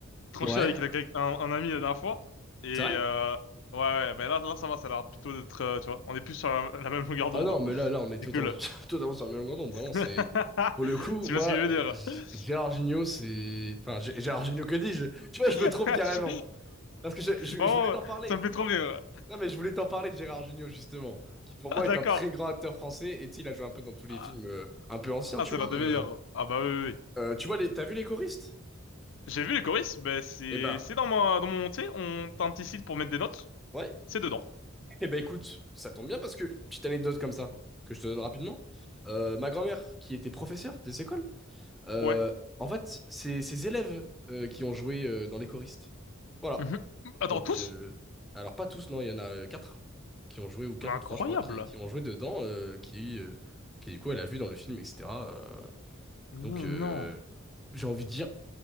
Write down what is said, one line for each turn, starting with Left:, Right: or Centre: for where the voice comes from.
Left: tranché
Centre: Ouais.
Left: avec la- un, un ami la dernière fois. Et,
Centre: C'est vrai?
Left: euh, ouais, ouais, bah là, là, ça va, ça a l'air plutôt d'être, euh, tu vois, on est plus sur la la même longueur d'onde.
Centre: Ah non, mais là, là, on est totalement,
Left: C'est cool.
Centre: <laughs> totalement sur la même longueur d'onde, vraiment, c'est.
Left: <laughs>
Centre: Pour le coup,
Left: Tu
Centre: moi,
Left: vois ce que je veux
Centre: euh,
Left: dire?
Centre: G-
Left: <laughs>
Centre: Gérard Jugnot, c'est. Enfin, G- Gérard Jugnot, que dis-je? <laughs> Tu vois, je me
Left: Je-
Centre: trompe carrément.
Left: C'est-
Centre: Parce que je, je-
Left: Vraiment,
Centre: je voulais t'en parler.
Left: ça me fait trop rire.
Centre: Non, mais je voulais t'en parler de Gérard Jugnot, justement. Qui, pour
Left: Ah,
Centre: moi,
Left: d'accord.
Centre: est un très grand acteur français. Et tu sais, il a joué un peu dans tous les
Left: Ah,
Centre: films euh, un peu anciens,
Left: ah,
Centre: tu
Left: c'est
Centre: vois.
Left: l'un des
Centre: euh,
Left: meilleurs. Ah bah oui, oui, oui.
Centre: euh, tu vois, les... t'as vu Les Choristes?
Left: J'ai vu les choristes, mais c'est
Centre: Eh ben.
Left: c'est dans mon dans mon tu sais, on t'as un petit site pour mettre des notes.
Centre: Ouais.
Left: C'est dedans.
Centre: Eh ben écoute, ça tombe bien parce que, petite anecdote comme ça, que je te donne rapidement, euh, ma grand-mère, qui était professeure des écoles, euh,
Left: Ouais.
Centre: en fait, c'est ses élèves euh, qui ont joué euh, dans les choristes. Voilà.
Left: Mhm. Attends,
Centre: Donc,
Left: tous?
Centre: euh, alors pas tous, non, il y en a euh, quatre qui ont joué, ou quatre
Left: Mais incroyable.
Centre: ou trois, je crois, qui, qui ont joué dedans, euh, qui, euh, qui du coup, elle a vu dans le film, etc. euh,
Left: Mais
Centre: donc, euh,
Left: non.
Centre: j'ai envie de dire,